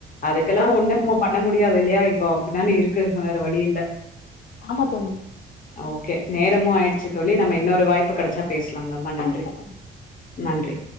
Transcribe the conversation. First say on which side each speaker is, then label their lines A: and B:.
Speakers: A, on the left; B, on the left.
A: அதுக்கெல்லா
B: ஆமா
A: ஒன்னு
B: தோழி
A: நம்ம பண்ண மு டியாதுல்யா இப்போ அப்டிதானே இருக்கு வேற வழி இல்ல
B: ஆமா தோழி
A: ஓகே நேரமு ஆயிடு ச் தோழி நம்ம இன்னொரு வாய்ப்பு கடச்சா பேசலாம் ரொம்ப நன்றி
B: கண்டிப்பா தோழி
A: நன்றி